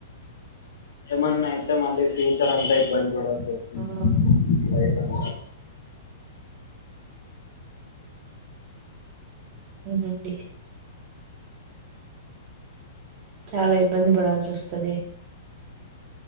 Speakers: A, on the left; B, on the right.
A: ఏమన్నా అయితే మళ్ళీ ఫ్యూచర్ అంతా ఇబ్బంది పడాల్సి వస్తుంది
B: ఆ!
A: లైఫ్ <inaudible>
B: అవునండి చాలా ఇబ్బంది పడాల్సి వస్తది